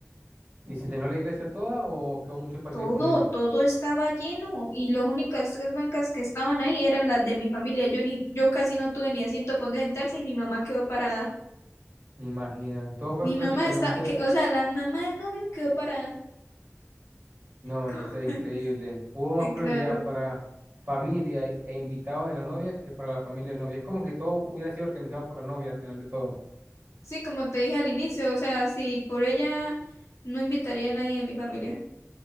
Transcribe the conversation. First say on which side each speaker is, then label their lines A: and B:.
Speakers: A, on the right (about 40°); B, on the left (about 70°).
A: y se llenó la iglesia toda o quedó mucho espacio
B: Todo,
A: disponible?
B: todo estaba lleno y las únicas tres bancas que estaban ahí eran las de mi familia. Yo ni, yo casi no tuve ni asiento para donde sentarse y mi mamá quedó parada.
A: Me imagina. Todo fue
B: Mi
A: prácticamente
B: mamá está, que, o sea, la mamá del novio quedó parada.
A: No, me
B: <laughs>
A: parecía increíble. Hubo más
B: Sí,
A: prioridad
B: claro.
A: para familia e e invitados de la novia que para la familia del novio. Es como que todo hubiera sido organizado por la novia al final de todo.
B: Sí, como te dije al inicio, o sea, si por ella no invitaría a nadie de mi familia.